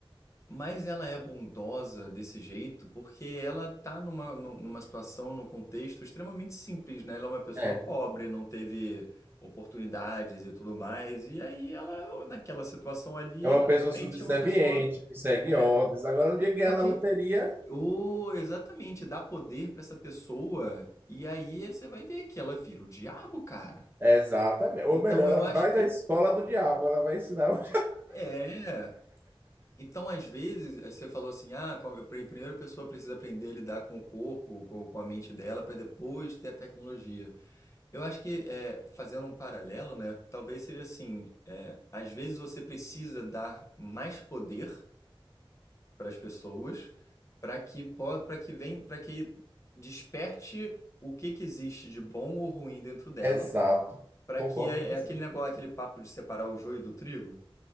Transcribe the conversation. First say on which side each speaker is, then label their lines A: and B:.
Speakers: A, on the left; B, on the right.
A: Mas ela é bondosa desse jeito porque ela tá numa, nu- numa situação, num contexto extremamente simples, né? Ela é uma pessoa
B: É,
A: pobre, não teve oportunidades e tudo mais. E aí ela, naquela situação ali,
B: é uma
A: ela
B: pessoa
A: realmente
B: subserviente,
A: é uma pessoa.
B: que segue
A: É.
B: ordens. Agora, no dia que ganhar
A: Tá
B: na
A: que.
B: loteria,
A: Oh, exatamente, dá poder pra essa pessoa. E aí você vai ver que ela vira o diabo, cara.
B: é exatamente. Ou
A: Então
B: melhor, ela
A: eu acho
B: vai
A: que.
B: da escola do diabo, ela vai ensinar. o-
A: É. Então, às vezes, eh, você falou assim, ah, com- eu- pri- primeiro a primeira pessoa precisa aprender a lidar com o corpo, com, com a mente dela, para depois ter a tecnologia. Eu acho que, eh, fazendo um paralelo, né, talvez seja assim, eh, às vezes você precisa dar mais poder para as pessoas, para que para que vem, para que desperte o que que existe de bom ou ruim dentro
B: <laughs>
A: dela,
B: Exato.
A: para
B: Concordo
A: que é,
B: com você.
A: é aquele negócio, aquele papo de separar o joio do trigo.